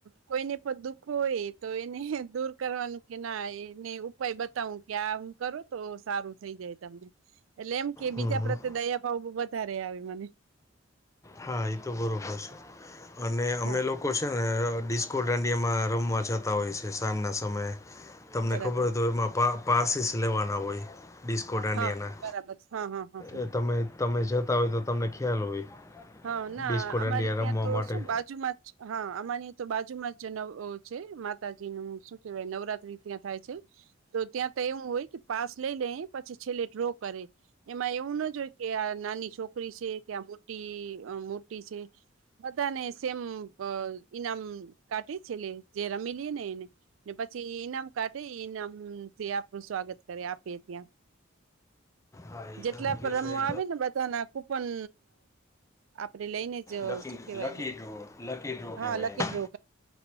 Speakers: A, on the right; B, on the left.
A: કોઈને પણ દુઃખો હોય, તો એને દૂર કરવાનું કે ના એને ઉપાય બતાવું. કે આમ કરો તો સારું થઈ જાય તમને. એટલે એમ કે
B: હં
A: બીજા
B: હં
A: પ્રત્યે દયા ભાવ ત્યારે આવે મને.
B: હા! એ તો બરોબર છે. અને અમે
A: હા
B: લોકો લોકો છે ને ડીસ્કો દાંડિયામાં રમવા જતા હોય છે, સાંજ ના સમયે. તમને
A: બરાબર
B: ખબર તો એમાં પારર પાસીસ લેવાના હોય. ડિસ્કો દાંડિયાના.
A: હા બરાબર હા હા હા હા
B: એ તમે તમે જતા હોય તો તમને ખ્યાલ હોય.
A: હા, ના
B: ડિસ્કો દાંડિયા
A: અમારે ત્યાં
B: રમવા
A: તો
B: માટે
A: શું બાજુમાં હા! અમારી તો બાજુમાં જ નવ છે માતાજી નું, શું કેવાય? નવરાત્રી ત્યાં થાય છે. તો ત્યાં તો એવું હોય, કે પાસ લઈ લે પછી છેલ્લે ડ્રો કરે. એમાં એવું ના જોય કે આ નાની છોકરી છે, કે આ મોટી મોટી છે. બધાને સેમ અ ઈનામ કાઢે છેલ્લે જે રમી લે ને એને. ને પછી ઈનામ કાઢે ઈનામથી આપણું સ્વાગત કરે આપે ત્યાં.
B: હા એ
A: જેટલા
B: તમે
A: પણ
B: કહો
A: રમવા
B: છો એ
A: આવે ને બધાના કુપન આપડે લઈને,
B: લકી
A: શું કેવાય?
B: લકી ડ્રો લકી ડ્રો
A: હા!
B: કહેવાય
A: લકી
B: એને
A: ડ્રો.